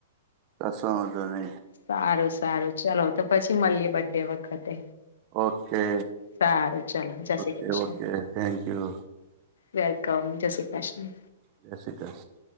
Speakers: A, on the right; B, on the left.
A: કસો વાંધો નઈ.
B: સારું સારું ચલો તો પછી મળીએ બડે વખતે.
A: ઓકે
B: સારું ચલો, જય Shri
A: okay
B: Krishna.
A: Okay thank you
B: welcome જય શ્રી કૃષ્ણ.
A: જય શ્રી કૃષ્ણ.